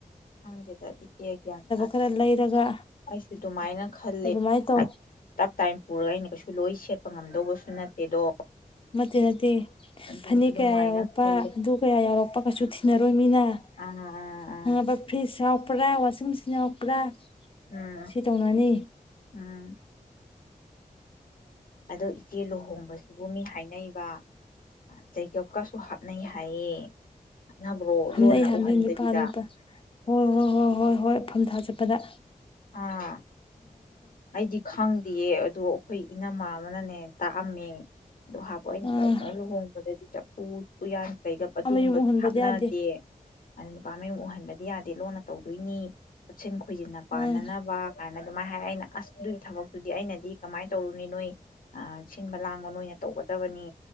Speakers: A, on the left; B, on the left.
A: ꯈꯪꯗꯦꯗ ꯏꯆꯦ ꯒ꯭ꯌꯥꯟ ꯇꯥꯗꯦ
B: ꯈꯔ ꯂꯩꯔꯒ
A: ꯑꯩꯁꯨ ꯑꯗꯨꯃꯥꯏꯅ ꯈꯜꯂꯦ
B: ꯑꯗꯨꯃꯥꯏꯅ ꯇꯧ
A: ꯇꯞ ꯇꯥꯏꯝ ꯄꯨꯔꯒ ꯑꯩꯅ ꯀꯩꯁꯨ ꯂꯣꯏ ꯁꯦꯠꯄ <unintelligible> ꯉꯝꯗꯧꯕꯁꯨ ꯅꯠꯇꯦꯗꯣ
B: ꯅꯠꯇꯦ ꯅꯠꯇꯦ
A: ꯑꯗꯨꯝ
B: ꯐꯅꯦꯛ
A: ꯑꯗꯨꯃꯥꯏꯅ
B: ꯀꯌꯥ ꯌꯥꯎꯔꯛꯄ
A: ꯈꯜꯂꯦ
B: ꯑꯗꯨ ꯀꯌꯥ ꯌꯥꯎꯔꯛꯄ ꯀꯩꯁꯨ ꯊꯤꯅꯔꯣꯏ <unintelligible>
A: ꯑꯥ ꯑꯥ ꯑꯥ
B: ꯈꯪꯉꯕ ꯐ꯭ꯔꯤꯖ ꯌꯥꯎꯔꯛꯄ꯭ꯔꯥ ꯋꯥꯁꯤꯡ ꯃꯦꯆꯤꯟ ꯌꯥꯎꯔꯛꯄ꯭ꯔꯥ
A: ꯎꯝ
B: ꯁꯤ ꯇꯧꯅꯅꯤ
A: ꯎꯝ ꯑꯗꯣ ꯏꯆꯦ ꯂꯨꯍꯣꯡꯕꯁꯤꯕꯨ ꯃꯤ ꯍꯥꯏꯅꯩ <unintelligible> ꯆꯩꯒꯞꯀꯁꯨ ꯍꯥꯞꯅꯩ ꯍꯥꯏꯌꯦ ꯍꯥꯞꯅꯕ꯭ꯔꯣ
B: ꯍꯥꯝꯅꯩ
A: ꯂꯣꯟꯅ
B: ꯍꯥꯅꯩ
A: ꯎꯍꯟꯗꯕꯤꯗ
B: ꯅꯨꯄꯥ ꯅꯨꯄꯥ ꯍꯣꯏ ꯍꯣꯏ ꯍꯣꯏ ꯍꯣꯏ ꯍꯣꯏ ꯐꯝ ꯊꯥ ꯆꯠꯄ <unintelligible>
A: ꯑꯥ ꯑꯩꯗꯤ ꯈꯪꯗꯤꯌꯦ ꯑꯗꯨ ꯑꯩꯈꯣꯏ ꯏꯅꯝꯃꯥ ꯑꯃꯅꯅꯦ ꯇꯥꯛꯑꯝꯃꯦ <unintelligible> ꯑꯩꯅ
B: ꯑꯥ
A: ꯀꯩꯅꯣ ꯂꯨꯍꯣꯡꯕꯗꯗꯤ ꯆꯄ ꯎ ꯎꯌꯥꯟ꯫ ꯀꯩꯒꯞ ꯑꯗꯨꯒꯨꯝꯕꯗꯤ
B: ꯃꯌꯨꯝ ꯎꯍꯟꯕꯗꯤ
A: ꯍꯥꯞꯅꯗꯦ꯫
B: ꯌꯥꯗꯦ
A: ꯑ ꯅꯨꯄꯥ ꯃꯌꯃꯨꯛ ꯎꯍꯟꯕꯗꯤ ꯌꯥꯗꯦ ꯂꯣꯟꯅ ꯇꯧꯗꯣꯏꯅꯤ ꯆꯞꯁꯤꯟ ꯈꯣꯏꯖꯤꯟ꯫ ꯄꯥꯟꯅꯅꯕ
B: ꯑꯥ
A: ꯀꯥꯏꯅ꯫ ꯑꯗꯨꯃꯥꯏꯅ ꯍꯥꯏꯔ ꯑꯩꯅ ꯑꯁ ꯑꯗꯨꯏ ꯊꯕꯛꯇꯨꯗꯤ ꯑꯩꯅꯗꯤ ꯀꯃꯥꯏꯅ ꯇꯧꯔꯨꯅꯤ ꯅꯣꯏ ꯑꯥ ꯁꯤꯟꯕ ꯂꯥꯡꯕ ꯅꯣꯏꯅ ꯇꯧꯕ ꯇꯕꯅꯤ